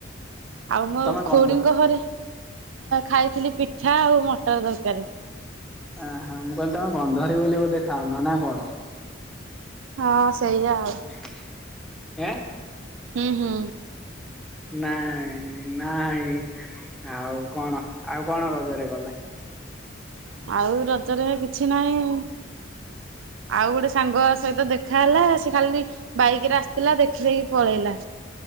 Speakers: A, on the right; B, in the centre.
A: ଆଉ
B: ତମେ ଗନ୍ଧ
A: ତାଙ୍କ ଘରେ ଖାଇଥିଲି ପିଠା ଆଉ ମଟର ତରକାରୀ।
B: ଆ ହଁ ମୁଁ କହିଲି ତମେ ଗନ୍ଧରୀ ବୋଲି ଖାଉନ ନା କଣ?
A: ହଁ ସେଇଆ ଆଉ।
B: <unintelligible>
A: ହୁଁ ହୁଁ।
B: ନାହିଁ ନାହିଁ ଆଉ କଣ ଆଉ କଣ ରଜରେ ଗଲେ।
A: ଆଉ ରଜରେ କିଛି ନାହିଁ ଆଉ ଗୋଟେ ସାଙ୍ଗ ସହିତ ଦେଖା ହେଲା ସେ ଖାଲି ବାଇକ ରେ ଆସିଥିଲା ଦେଖିଦେଇକି ପଳେଇଲା।